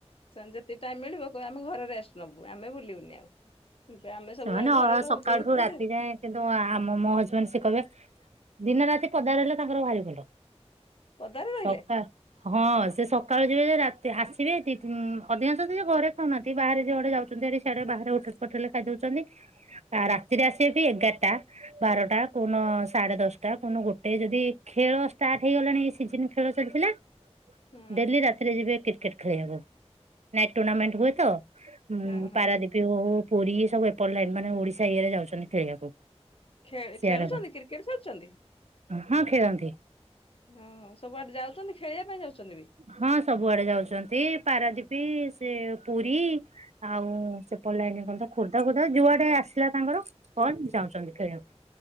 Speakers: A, on the left; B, on the right.
A: ସେମାନଙ୍କୁ ଯେତିକି ଟାଇମ ମିଳିବ କହିବେ ଆମେ ଘରେରେଷ୍ଟ ନବୁ ଆମେ ବୁଲିବୁନି ଆଉ। ଆମେ ସବୁବେଳେ
B: ସେମାନେ ଅ
A: ଘରେ ରହୁ
B: ସକାଳଠୁ
A: <unintelligible>
B: ରାତି ଯାଏଁ କିନ୍ତୁ ଆମ ମୋ ହଜବେଣ୍ଡ ସିଏ କହିବେ ଦିନ ରାତି ପଦାରହିଲେ ତାଙ୍କର ଭାରି ଭଲ।
A: ପଦାରେ ରହିଲେ
B: ସକା। ହଁ ସେ ସକାଳୁ ଯିବେ ରାତି ଆସିବେ ଅଧିକାଂଶ ସେ ଘରେ ଖାଉନାହାନ୍ତି ବାହାରେ ଯିଆଡେ ଯାଉଛନ୍ତି ଭାରି ଆଡେ ବାହାରେ ଉଠ ପଠେଇଲେ ଖାଇଦଉଛନ୍ତି ଆ ରାତିରେ ଆସିବେ ବି ଏଗାରଟା ବାରଟା କୁହନ ସାଢେ ଦଶଟା କୁହନ ଗୋଟେ ଯଦି ଖେଳ ଷ୍ଟାର୍ଟ ହେଇଗଲାଣି ଏ ସିଜିନ ଖେଳ ଚାଲିଥିଲା
A: ହୁଁ
B: ଡେଲି ରାତିରେ ଯିବେ କ୍ରିକେଟ ଖେଳିବାକୁ ନାଇଟ ଟୁର୍ଣ୍ଣାମେଣ୍ଟ ହୁଏ ତ। ଉଁ
A: ହୁଁ ହୁଁ।
B: ପାରାଦ୍ୱୀପୀ ହଉ ପୁରୀ ସବୁ ଏପଟ ଲାଇନ ମାନେ ଓଡିଶା ଇଏରେ ଯାଉଛନ୍ତି ଖେଳିବାକୁ।
A: ଖେ
B: ସିଆଡେ
A: ଖେଳୁଛନ୍ତି କ୍ରିକେଟ ଖେଳୁଛନ୍ତି?
B: ହଁ ଖେଳନ୍ତି
A: ହଁ ସବୁଆଡେ ଯାଉଛନ୍ତି ଖେଳିବା ପାଇଁ ଯାଉଛନ୍ତି ବି
B: ହଁ ସବୁଆଡେ ଯାଉଚନ୍ତି ପାରାଦୀପୀ ସେ ପୁରୀ ଆଉ ସେପଟ ଲାଇନ କନ୍ତ ଖୋର୍ଦ୍ଧା ଫୋର୍ଦ୍ଧା ଯୁଆଟେ ଆସିଲା ତାଙ୍କର କଣ ଯାଉଁଛନ୍ତି ଖେଳିବାକୁ।